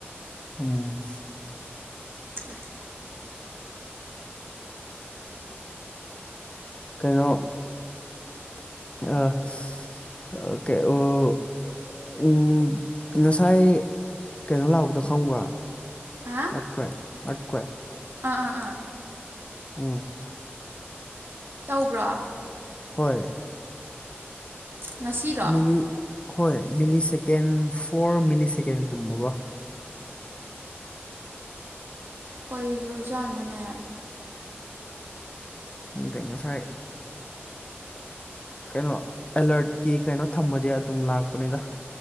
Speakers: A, on the left (about 30°); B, on the right (about 65°).
A: ꯎꯝ
B: ꯑꯁ
A: ꯀꯩꯅꯣ ꯎ ꯑ ꯑꯣꯀꯦ ꯑꯣ ꯎꯝ ꯉꯁꯥꯏ ꯀꯩꯅꯣ ꯂꯥꯛꯄꯗꯣ ꯈꯪꯕ꯭ꯔ
B: ꯍꯥ
A: ꯑꯠꯀꯦꯠ ꯑꯠꯀꯦ
B: ꯑꯥ ꯑꯥ ꯑꯥ
A: ꯎꯝ
B: ꯇꯧꯕ꯭ꯔꯥ
A: ꯍꯣꯏ
B: ꯉꯁꯤꯔꯣ
A: ꯃꯤꯂꯤ ꯍꯣꯏ ꯃꯤꯂꯤ ꯁꯦꯀꯦꯟ ꯐꯣꯔ ꯃꯤꯂꯤ ꯁꯦꯀꯦꯟꯒꯨꯝꯕꯒꯣ
B: ꯑꯩꯈꯣꯏꯒꯤ ꯑꯣꯏꯖꯥꯠꯅꯣꯅꯦ
A: ꯑꯗꯨ ꯉꯁꯥꯏ ꯀꯩꯅꯣ ꯑꯦꯂ꯭ꯔꯠꯀꯤ ꯀꯩꯅꯣ ꯊꯝꯃꯗꯤ ꯑꯗꯨꯝ ꯂꯥꯛꯄꯅꯤꯗ